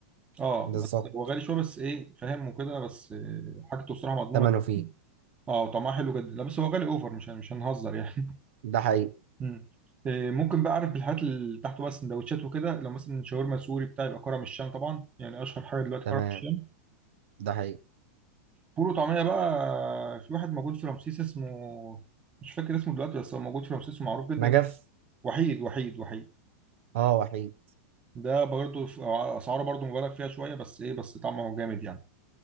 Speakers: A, on the right; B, on the right.
A: اه
B: بالظبط
A: بس هو غالي شويه بس ايه فاهم وكده بس آه، حاجته بصراحه مضمونه
B: ثمنه فيه
A: اه وطعمها حلو جدا لا بس هو غالي اوفر مش مش هنهزر يعني
B: ده حقيقي
A: مم. إيه، ممكن بقى اعرف بالحاجات اللي تحته بقى السندوتشات وكده لو مثلا شاورما سوري بتاع يبقى كرم الشام طبعا يعني اشهر حاجه دلوقتي
B: تمام
A: كرم الشام
B: ده حقيقي
A: فول وطعميه بقى في واحد موجود في رمسيس اسمه مش فاكر اسمه دلوقتي بس هو موجود في رمسيس ومعروف جدا
B: نجف
A: وحيد وحيد وحيد
B: اه وحيد
A: ده برضه في- اسعاره برضه مبالغ فيها شويه بس ايه بس طعمه جامد يعني